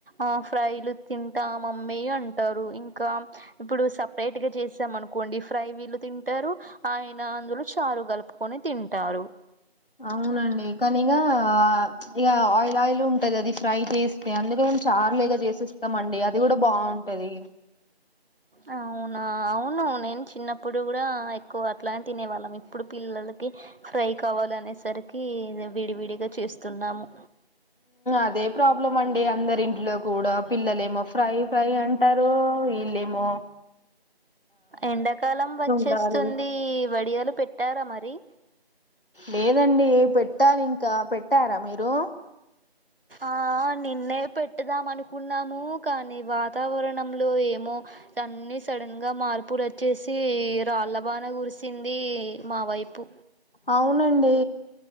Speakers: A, on the right (about 60°); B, on the left (about 60°).
A: ఆ ఫ్రైలు తింటా మమ్మీ ఎ అంటారు ఇంకా సెపరేట్ గ చేసామనుకోండి ఫ్రై వీళ్ళు తింటారు ఆ అయిన అందులో చారు కలుపుకొని తింటారు
B: అవునండి కానీగా ఇక ఆయిల్ ఆయిల్ ఉంటది అది ఫ్రై చేస్తే అందుకే చార్లేగా చేసిస్తామండి అది కూడ బాగుంటది
A: అవు అవునా అవును నేను చిన్నప్పుడు కూడా ఎక్కువ అట్లానే తినే వాళ్ళం ఇప్పుడు పిల్లలకి ఫ్రై కావాలనేసరికి విడివిడిగా చేస్తున్నాము
B: అదే ప్రాబ్లం అండి అందరింట్లో కూడ పిల్లలేమో ఫ్రై ఫ్రై అంటారు ఉమ్ ఇల్లేమో
A: ఎండాకాలం వచ్చేస్తుంది
B: ఉండాలి
A: వడియాలు పెట్టారా మరి
B: లేదండి పెట్టాలి ఇంక పెట్టార మీరు
A: అ ఆ నిన్నే పెట్టుదాం అనుకున్నాము కానీ వాతావరణంలో ఏ మో అన్నీ సడన్గా మార్పులు వచ్చేసి రాళ్ల వాన గురిసి ది మా వైపు
B: అవునండి